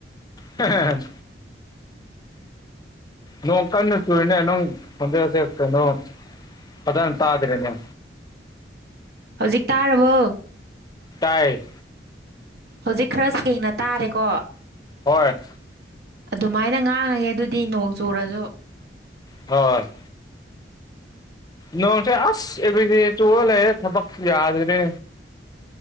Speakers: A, on the left; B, on the right.
A: ꯎꯝ ꯅꯣꯡ ꯀꯟꯅ ꯆꯨꯏꯅꯦ ꯅꯪ ꯈꯣꯟꯖꯦꯟꯁꯦ ꯀꯩꯅꯣ ꯐꯗꯟ ꯇꯥꯗ꯭ꯔꯦꯅꯦ
B: ꯍꯧꯖꯤꯛ ꯇꯥꯔꯕꯣ
A: ꯇꯥꯏ
B: ꯍꯧꯖꯤꯛ ꯈꯔ ꯁꯦꯡꯅ ꯇꯥꯔꯦꯀꯣ
A: ꯍꯣꯏ
B: ꯑꯗꯨꯃꯥꯏꯅ ꯉꯥꯡꯉꯒꯦ ꯑꯗꯨꯗꯤ ꯅꯣꯡ ꯆꯨꯔꯖꯨ
A: ꯍꯣꯏ ꯅꯣꯡꯁꯦ ꯑꯁ ꯑꯦꯕ꯭ꯔꯤꯗꯦ ꯆꯨꯔ ꯂꯩꯌꯦ ꯊꯕꯛꯁꯦ ꯌꯥꯗꯔꯦ